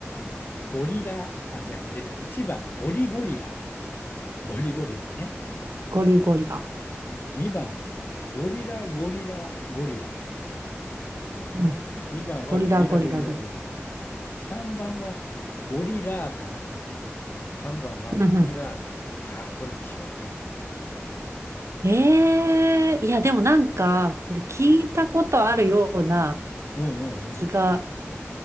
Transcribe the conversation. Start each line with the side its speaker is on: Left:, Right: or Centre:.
Left: ゴリラ、あ、じゃあ、間違えた。1番、ゴリゴリラ。ゴリゴリラね。
Right: ゴリゴリラ。
Left: 2番、ゴリラゴリラゴリラ。
Right: うん。
Left: 2番はゴリラゴリラゴリラ。
Right: ゴリラ、ゴリラ、ゴリラ。
Left: 3番はゴリラータン。3番はゴリラータン。
Right: うん、うん。
Left: さあ、どれでしょうか
Right: ええ。いや、でもなんか、これ聞いたことあるような
Left: うんうんうん。
Right: 気が